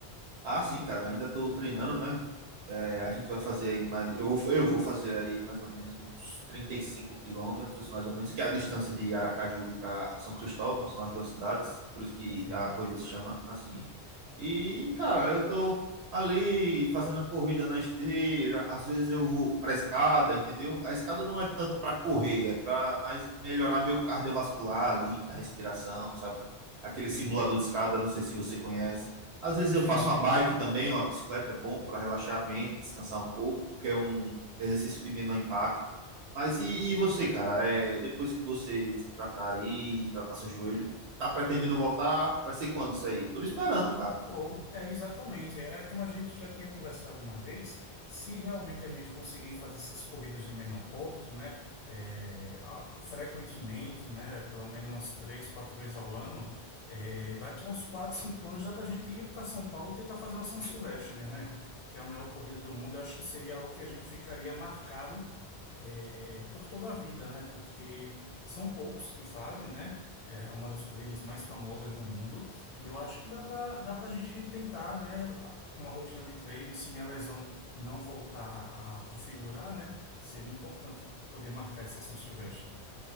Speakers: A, on the right; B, on the left.
A: Ah, sim, cara, ainda tô treinando, né? É, a gente vai fazer aí mais. Eu vou, eu vou fazer aí mais ou menos uns 35 quilômetros, mais ou menos, que é a distância de Aracaju para São Cristóvão, são as duas cidades, por isso que
B: Sim.
A: a corrida se chama assim. E, cara, eu tô ali fazendo a corrida na esteira, às vezes eu vou pra escada, entendeu? A escada não é tanto para correr, é para mais melhorar meu cardiovascular ali, minha respiração, sabe? Aquele
B: Entendi.
A: simulador de escada, não sei se você conhece. Às vezes
B: Sim.
A: eu faço uma bike também, uma bicicleta é bom para relaxar a mente, descansar um pouco, que é um exercício de menor impacto. Mas e, e você, cara? É, depois que você se tratar aí, tratar seu joelho, tá pretendendo voltar? Vai ser quando isso aí? Tô lhe esperando, cara.
B: Ou é exatamente, é como a gente já tinha conversado uma vez, se realmente a gente conseguir fazer essas corridas de menor porte, né, é, a- frequentemente, né, pelo menos umas três, quatro vezes ao ano, é, daqui a uns quatro, cinco anos dá para a gente ir para São Paulo tentar fazer uma São Silvestre, né, que é a maior corrida do mundo. Eu acho que seria algo que a gente ficaria marcado é, por toda a vida, né? Porque são poucos que fazem, né? É uma das corridas mais famosas do mundo. E eu acho que dá para dá para a gente tentar, né? Uma rotina de treino, e se minha lesão não voltar a configurar, né? Seria importante poder marcar essa São Silvestre.